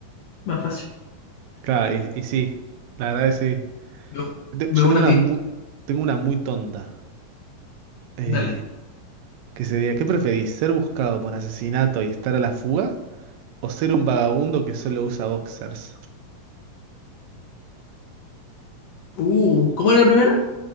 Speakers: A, on the left; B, on the right.
A: Más fácil.
B: Claro, y, y sí, la verdad es sí.
A: Me,
B: Yo te-
A: me
B: yo
A: uno
B: tengo
A: a
B: una
A: ti.
B: muy, tengo una muy tonta. eh,
A: Dale.
B: que sería, ¿qué preferís? ¿Ser buscado por asesinato y estar a la fuga? ¿O ser un vagabundo que solo usa boxers?
A: Uh, ¿cómo era la primera?